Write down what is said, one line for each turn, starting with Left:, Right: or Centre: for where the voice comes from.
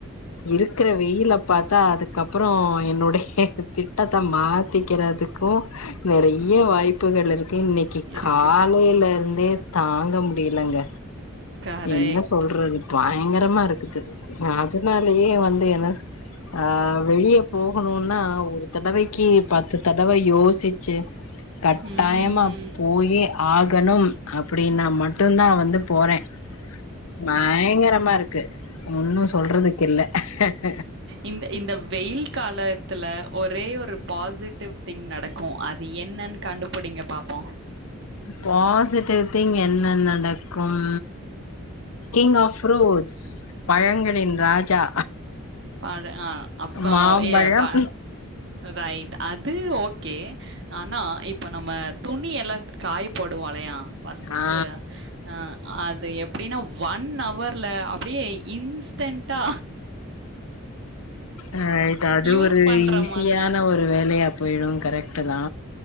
Left: இருக்ற வெயில பாத்தா அதுக்கப்ரோ என்னுடைய திட்டத்த மாத்திக்றதுக்கு நெறைய வாய்ப்புகள் இருக் கு இன்னைக்கு
Right: இருக்கு.
Left: காலைலருந்தே தாங்க முடிலங்க
Right: கரெக்ட்.
Left: என்ன சொல்றது பா பயங்கரமாருக்குது அதனாலே வந்து என்ன சொ ஆ வெளிய போகணுனா ஒரு தடவைக்கு பத்து தடவ யோசிச்சி கட்டாயமா
Right: ம்.
Left: போயே ஆகணும் அப்டின்னா மட்டு தா வந்து போறே பயங்கரமாருக்கு ஒன்னு சொல்றதுக் கில்ல அக் க
Right: இந்த இந்த வெயில் கால த்துல ஒரே ஒரு பாசிட்டிவ் திங் நடக்கு அது என்னன் கண்டுபுடிங்க பாப்போ
Left: பாசிட்டிவ் திங் என்ன நடக்கும் கிங் ஆப் ஃப்ரூட்ஸ் பழங்களின் ராஜா
Right: பழ அப்பா
Left: மாம்பழம்
Right: ஏ அப்பா ரைட் அது ஓ கே ஆனா இப்போ நம்ம துணி எல்லா காய போடுவோலயா ஃபஸ்ட்டு
Left: ஆ
Right: ஆ அது எப்டினா ஒன் அவர்ல அப்டியே இன்ஸ்டென்ட்டா
Left: அ இது அது
Right: யூஸ்
Left: ஒரு
Right: பண்ற
Left: ஈஸியான
Right: மாதிரி
Left: ஒரு வேலையா போய்ரு கரெக்ட் டுதா